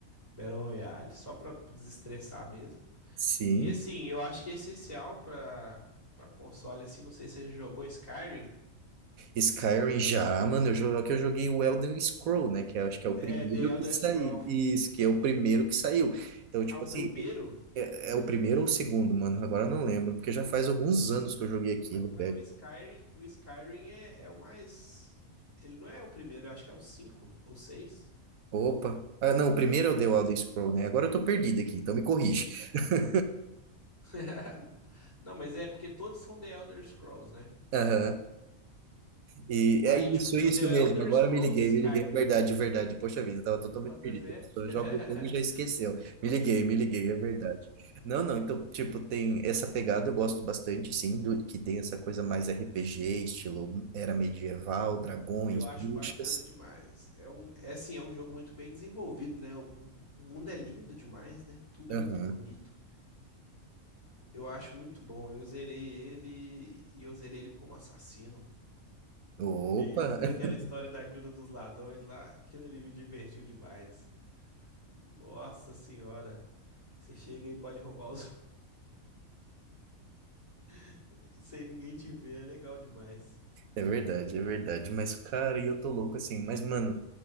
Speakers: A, on the left (about 30°); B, on the right (about 75°).
A: Battle Royale, só pra desestressar mesmo.
B: Sim.
A: E assim, eu acho que é essencial pra, pra console, assim, não sei se você já jogou Skyrim,
B: Skyrim já, mano, eu jogo que eu joguei o Elder Scroll, né, que eu acho que é o
A: é
B: primeiro
A: The Elder
B: que saiu.
A: Scrolls.
B: Isso, que é o primeiro que saiu. Então, tipo
A: Ah, o
B: assim,
A: primeiro?
B: é, é é o primeiro ou o segundo, mano? Agora eu não lembro, porque já faz alguns anos que eu joguei aquilo,
A: Ma- Mas,
B: velho.
A: o Skyrim, o Skyrim é, é o mais. Ele não é o primeiro, eu acho que é o cinco ou seis.
B: Opa. Ah, não, o primeiro é o The Elder Scroll, né? Agora eu tô perdido aqui, então me corrige. <laughs>
A: <laughs> Não, mas é porque todos são The Elder Scrolls, né?
B: Aham.
A: Tipo.
B: E
A: Aí,
B: é isso,
A: tipo, tem
B: isso
A: o The
B: mesmo.
A: Elder
B: Agora
A: Scrolls
B: me liguei,
A: Skyrim.
B: me liguei. É Verdade, é verdade. Poxa vida, eu tava totalmente
A: Bota
B: perdido.
A: fé.
B: A pessoa
A: <laughs>
B: joga o jogo e já esqueceu. Me liguei, me liguei, é verdade. Não, não, então, tipo, tem essa pegada, eu gosto bastante, sim, do que tem essa coisa mais RPG, estilo era medieval, dragões,
A: Eu acho
B: bruxas.
A: bacana demais. É um, é assim, é um jogo muito bem desenvolvido, né? O mundo é lindo demais, né? Tudo
B: Aham.
A: é muito bonito. Eu acho muito bom. Eu zerei ele e eu zerei ele como assassino.
B: Opa!
A: E aí eu fiz
B: <laughs>
A: aquela história da Guilda dos Ladrões lá, aquilo ali me divertiu demais. Nossa senhora, você chega e pode roubar os <laughs> sem ninguém te ver, é legal demais.
B: É verdade, é verdade. Mas, cara, e eu tô louco assim. Mas, mano,